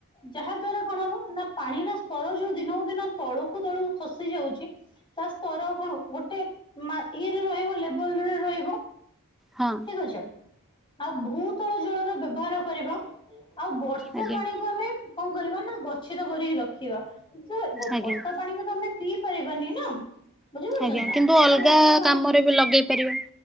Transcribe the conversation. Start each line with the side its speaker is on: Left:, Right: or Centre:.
Left: ଯାହା ଦ୍ଵାରା କଣ ହବ ନା? ପାଣିର ସ୍ତର ଯୋଉ ଦିନକୁ ଦିନ ତଳୁକୁ ତଳୁକୁ ଖସି ଯାଉଛି। ତା ସ୍ତର କଣ ଗୋଟେ ମା ଇଏରେ ରହିବ ଲେବଲରେ ରହିବ।
Centre: ହଁ।
Left: ଠିକ ଅଛି ଆଉ ଭୂତଳ ଜଳର ବ୍ୟବହାର କରିବା। ଆଉ ବର୍ଷା
Centre: ଆଜ୍ଞା
Left: ପାଣିକୁ ଆମେ କଣ କରିବା ନା ଗଛିତ କରିକି ରଖିବା ଯେ
Centre: ଆଜ୍ଞା
Left: ବର୍ଷା ପାଣିକୁ ଆମେ ପିଇ ପାରିବାନି ନା? ବୁଝିପାରୁଛନ୍ତି
Centre: ଆଜ୍ଞା
Left: ନା
Centre: କିନ୍ତୁ ଅଲଗା
Left: ତ ବର୍ଷା ପା
Centre: କାମରେ ବି ଲଗେଇ ପାରିବା